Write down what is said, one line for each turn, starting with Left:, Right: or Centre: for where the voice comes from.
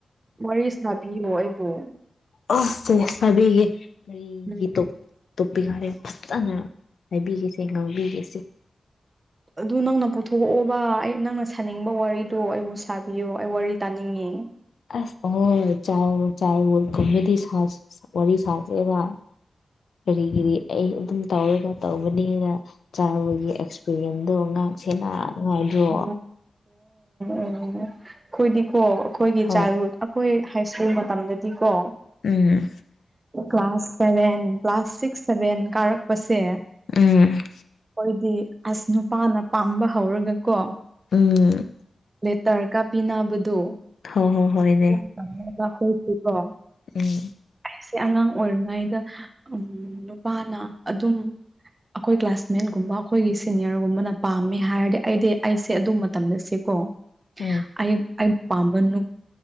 Right: ꯋꯥꯔꯤ ꯁꯥꯕꯤꯌꯣ ꯑꯩꯕꯨ
Left: ꯑꯣ ꯁꯦ ꯁꯕꯤꯒꯤ
Right: ꯎꯝ
Left: <unintelligible> ꯇꯣꯞꯄꯤꯛ ꯍꯥꯏꯌꯣ ꯐꯖꯅ ꯍꯥꯏꯕꯤꯒꯦꯁꯦ ꯉꯥꯡꯕꯤꯒꯦꯁꯦ
Right: ꯑꯗꯨ ꯅꯪꯅ ꯄꯨꯊꯣꯛꯑꯣꯕ ꯑꯩ ꯅꯪꯅ ꯁꯥꯅꯤꯡꯕ ꯋꯥꯔꯤꯗꯣ ꯑꯩꯕꯨ ꯁꯥꯕꯤꯌꯣ ꯑꯩ ꯋꯥꯔꯤ ꯇꯥꯅꯤꯡꯉꯦ
Left: ꯑꯁ ꯑꯣ ꯆꯥꯏꯍꯨꯠ ꯆꯥꯏꯍꯨꯠ ꯀꯨꯝꯕꯗꯤ ꯁꯥꯁꯤ ꯋꯥꯔꯤ ꯁꯥꯁꯦꯕ ꯀ꯭ꯔꯤ ꯀ꯭ꯔꯤ ꯑꯩ ꯑꯗꯨꯝ ꯇꯧꯔꯒ ꯇꯧꯕꯅꯤꯅ ꯆꯥꯏꯜꯍꯨꯠ ꯑꯦꯛꯁꯄꯤꯔꯤꯌꯦꯟꯗꯣ ꯉꯥꯛꯁꯦꯅ ꯅꯨꯡꯉꯥꯏꯗ꯭ꯔꯣ
Right: <unintelligible> ꯑꯩꯈꯣꯏꯗꯤꯀꯣ ꯑꯩꯈꯣꯏꯒꯤ
Left: ꯍꯣꯏ
Right: ꯆꯥꯏꯜꯍꯨꯠ ꯑꯩꯈꯣꯏ ꯍꯥꯏꯁ꯭ꯀꯨꯜ ꯃꯇꯝꯗꯗꯤꯀꯣ
Left: ꯎꯝ
Right: class seven class six seven ꯀꯥꯔꯛꯄꯁꯦ
Left: ꯎꯝ
Right: ꯈꯣꯏꯗꯤ ꯑꯁ ꯅꯨꯄꯥꯅ ꯄꯥꯝꯕ ꯍꯧꯔꯒ ꯀꯣ
Left: ꯎꯝ
Right: ꯂꯦꯇꯔꯀꯥ ꯄꯤꯅꯕꯗꯨ
Left: ꯍꯣ ꯍꯣ ꯍꯣꯏ
Right: <unintelligible>
Left: ꯎꯝ
Right: ꯑꯩꯁꯦ ꯑꯉꯥꯡ ꯑꯣꯏꯔꯤꯉꯩꯗ ꯎꯝ ꯅꯨꯄꯥꯅ ꯑꯗꯨꯝ ꯑꯩꯈꯣꯏ ꯀ꯭ꯂꯥꯁꯃꯦꯠꯒꯨꯝꯕ ꯑꯩꯈꯣꯏꯒꯤ ꯁꯤꯅꯤꯌꯔꯒꯨꯝꯕꯅ ꯄꯥꯝꯃꯦ ꯍꯥꯏꯔꯗꯤ ꯑꯩꯗꯤ ꯑꯩꯁꯦ ꯑꯗꯨ ꯃꯇꯝꯗ ꯁꯦꯀꯣ
Left: ꯎꯝ
Right: ꯑꯩꯞ ꯑꯩ ꯄꯝꯕ ꯅꯨꯞ